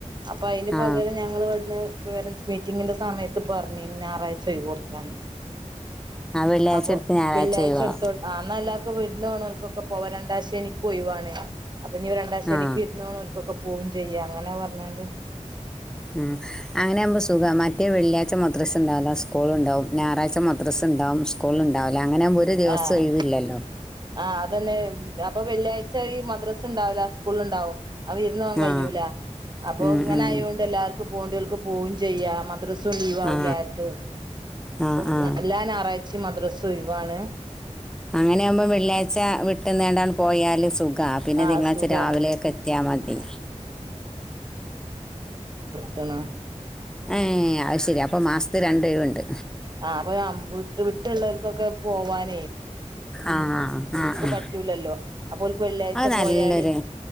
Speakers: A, on the right; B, in the centre.
A: അപ്പൊ അതിന്
B: ആ
A: പകരം ഞങ്ങൾ ഇവിടുന്ന് വേറെൻസ് മീറ്റിങ്ങിന്റെ സമയത്ത് പറഞ്ഞ് ഞായറാഴ്ച ഒഴിവു കൊടുക്കാന്
B: ആ വെള്ളിയാഴ്ച
A: അപ്പൊ
B: എടുത്ത് ഞായറാഴ്ച
A: പിള്ളിയാഴ്ച
B: ഒഴിവാ
A: എടുത്തോ ആ <unintelligible> വിരുന്നോണോവ്ണോൽക്കൊക്കെ പോവാ രണ്ടാശനിക്കും ഒയിവാണ് അപ്പൊ നീ രണ്ട ശനിക്ക്
B: ആ
A: വിരുന്നോവ്ണോൽക്കൊക്കെ പോയും ചെയ്യാ അങ്ങനെ പറഞ്ഞണ്ട്
B: ഉം അങ്ങനവുമ്പ സുഖ മറ്റേ വള്ളിയാ്ച മുദ്രസ് ഉണ്ടാവില്ലോ സ്കൂള ഉണ്ടാവും ഞായാഴ്ച്ച മദ്രസ്സ ഇണ്ടാവും സ്കൂള് ഇണ്ടാവില അങ്ങനെ ആവുമ്പ ഒരു ദിവസം
A: ആഹ്
B: ഒഴിവില്ലല്ലോ
A: ആഹ് അതന്നെ അപ്പൊ വെള്ളിയാഴ്ച ഈ മദ്രസ് ഉണ്ടാവില്ല സ്കൂളിൽ ഇണ്ടാവും അവ ഇരുന്ന് പോകാൻ കഴിയൂല
B: ആ
A: അപ്പൊ
B: ഉം
A: ഇങ്ങനെ
B: ഉം
A: ആയോണ്ട് എല്ലാവർക്കും പോണ്ടിൽക്ക് പോവു ചെയ്യാം മദ്ര സു ലിവാ
B: ആ
A: മുല ആര് തു
B: ആ
A: അപ്പം
B: ആ
A: എല്ലാ ഞായറാഴ്ചയും മദ്രസ് സൊയിവാണ്
B: അങ്ങനെയ ആകുമ്പോം വെള്ളിയാഴ്ച്ച വിട്ട്ന്നണ്ട് പോയാല് സുഖ പിന്നെ
A: ആഹ്
B: തിങ്കളാഴ്ച്ച
A: സുഖാണ്
B: രാവിലെക്കെ എത്തിയാ മതി
A: ആഹ് ത്ത്ണ്
B: ഏഹ് അശരി അപ്പൊ മാസത്തി രണ്ട് ഒഴിവ്ണ്ട്
A: ആഹ് അപ്പൊ വിട്ട് വിട്ടുള്ളവർക്കൊക്കെ പോവാൻ
B: ആഹ് ആഹ് ആഹ്
A: പറ്റൂലല്ലോ അപ്പോൽക്ക് വെള്ളിയാഴ്ച
B: അത് നല്ലൊരു
A: പോയാല്